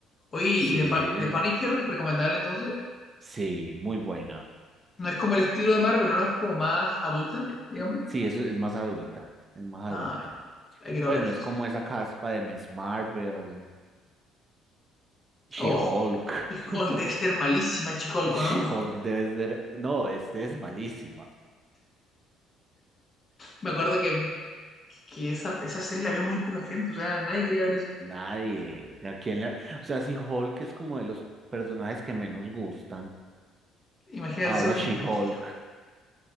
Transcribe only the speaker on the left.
Oye, ¿y
The, Pu- The Punisher recomendable entonces?
No es como el estilo de Marvel, ¿no? Es como más adulta,
digamos.
Ah,
ya. La quiero
ver.
Oh, She-Hulk,
debe ser malísima She-Hulk,
¿o ¿no?
Me acuerdo que, que esa, esa serie la vio muy poca gente, o sea, nadie quería ver eso.
Imagínate
ser un
chico.